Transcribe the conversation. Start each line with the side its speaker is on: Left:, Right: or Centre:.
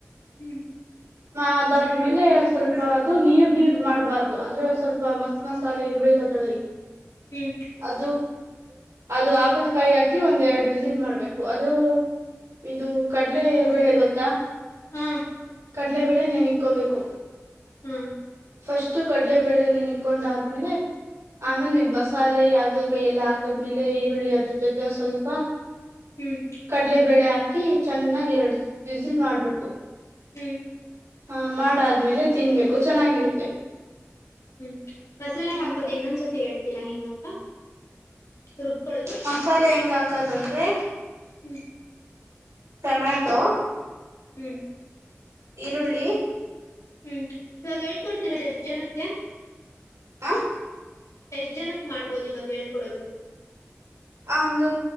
Left: ಹ್ಮ್
Right: ಅದಾದ್ಮೇಲೆ ಸ್ವಲ್ಪ ಅದು ನೀರ್ ನೀರ್ ಮಾಡ್ಬಾರ್ದು ಅಂದ್ರೆ ಸ್ವಲ್ಪ ಮಸ್ ಮಸಾಲೆ ಇರ್ಬು ಅ
Left: ಹ್ಮ್ ಹಾ ಹ್ಮ್ ಹ್ಮ್ ಹ್ಮ್ ಹ್ಮ್
Right: ಅದು ಆಗಲಕಾಯಿ ಹಾಕಿ ಒಂದ್ ಎರಡು ವಿಸಿಲ್ ಮಾಡ್ಬೇಕು ಅ್ರೂ ಇದು ಕಡಲೆ ವೇಳೆ ಗೊತ್ತಾ
Left: ಹಾ
Right: ಕಡಲೆಬೇಳೆ ನೆನಿ ಇಕ್ಕೋಬೇಕು
Left: ಹಾ
Right: ಫಸ್ಟ್ ಕಡ್ಲೆಬೇಳೆ ನಿಕೊಂಡಾದ್ಮೇಲೆ
Left: ಹ್ಮ್
Right: ಆಮೇಲೆ ನಐದು ಮಸಾಲೆ ಹಾಗಲಕಾಯಿ ಎಲ್ಲ ಹಾಕದ್ಮೇಲೆ ಈರುಳ್ಳಿ ಅದ್ರ ಜೊತೆ ಸ್ವಲ್ಪ
Left: ಹ್ಮ್
Right: ಕಡ್ಲೆಬೇಳೆ ಹಾಕಿ ಚೆನ್ನಾಗಿ ಎರಡ್ ಬಿಸಿ ಮಾಡ್ಬೇಕು
Left: ಹ್ಮ್
Right: ಹಾ ಮಾಡಾದ್ಮೇಲೆ ತಿನ್ಬೇಕು ಚೆನ್ನಾಗಿರುತ್ತೆ
Left: ಹ್ಮ್ ಮಸಾಲೆ
Right: ಹ್ಮ್
Left: ಹಾಕದ ಇನ್ನೊಂದ್ಸತಿ ಹೇಳ್ತೀರಾ ಹೆಂಗಂತ ರುಬ್ಕೊಳ್ಳೋದು
Right: ಮಸಾಲೆ ಹೆಂಗ ಹಾಕದಂದ್ರೆ
Left: ಹ್ಮ್
Right: ಟೊಮ್ಯಾಟೊ
Left: ಹ್ಮ್
Right: ಈರುಳ್ಳಿ
Left: ಹ್ಮ್ ಇವಾಗ ಹೇಳ್ಕೊಡ್ತಿರದ್ ಎಷ್ಟು ಜನಕ್ಕೆ
Right: ಹಾ
Left: ಎಷ್ಟ ಜನಕ್ ಮಾಡ್ಬೋದು ಇವಾಗ ಹೇಳ್ಕೊಡೋದು
Right: ಒಂದು